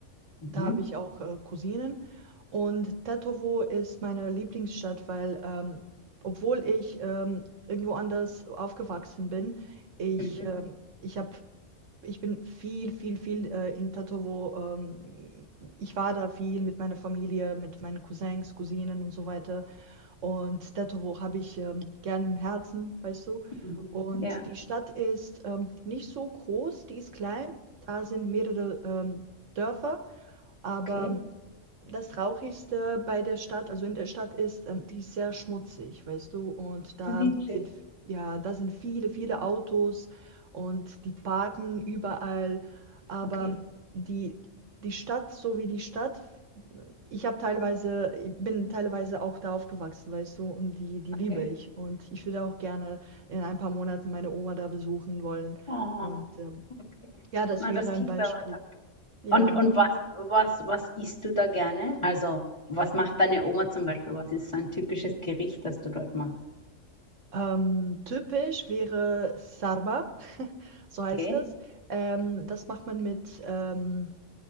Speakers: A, on the left; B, on the right.
A: Mhm.
B: da habe ich auch äh, Cousinen. Und Tetovo ist meine Lieblingsstadt, weil ähm, obwohl ich ähm, irgendwo anders aufgewachsen bin, ich,
A: Mhm.
B: ähm, ich habe Ich bin viel, viel, viel äh, in Tetovo. Ähm, ich war da viel mit meiner Familie, mit meinen Cousins, Cousinen und so weiter. Und Tetovo habe ich ähm, gerne im Herzen, weißt du.
A: Mhm.
B: Und
A: Ja,
B: die Stadt ist ähm, nicht so groß, die ist klein. Da sind mehrere ähm, Dörfer. Aber
A: okay.
B: das Traurigste bei der Stadt, also in der Stadt ist, ähm, die ist sehr schmutzig, weißt du. Und da
A: Wirklich.
B: sind, ja, da sind viele, viele Autos und die parken überall. Aber
A: Okay.
B: die, die Stadt, so wie die Stadt, ich habe teilweise, ich bin teilweise auch da aufgewachsen, weißt du, und die, die liebe
A: Okay.
B: ich. Und ich würde auch gerne in ein paar Monaten meine Oma da besuchen wollen.
A: Oh,
B: Und ähm,
A: okay.
B: ja, das
A: Na,
B: wäre
A: das
B: ein
A: klingt
B: Beispiel.
A: aber toll.
B: Ja.
A: Und, und was, was, was isst du da gerne? Also, was macht deine Oma zum Beispiel? Was ist so ein typisches Gericht, das du dort machst?
B: Ähm, typisch wäre Sarma, <laughs> so
A: Okay.
B: heißt es. Ähm, das macht man mit ähm,